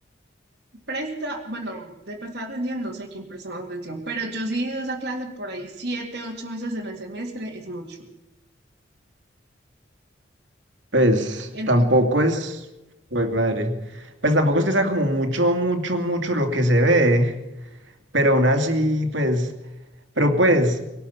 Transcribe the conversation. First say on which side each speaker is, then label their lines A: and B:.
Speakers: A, on the right; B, on the right.
A: Presta, bueno, de prestar atención, no sé quién presta más atención, pero yo sí he ido a esa clase por ahí siete, ocho veces en el semestre, es mucho.
B: Pues
A: En-
B: tampoco es, pues madre, pues tampoco es que sea como mucho, mucho, mucho lo que se ve, pero aún así, pues, pero pues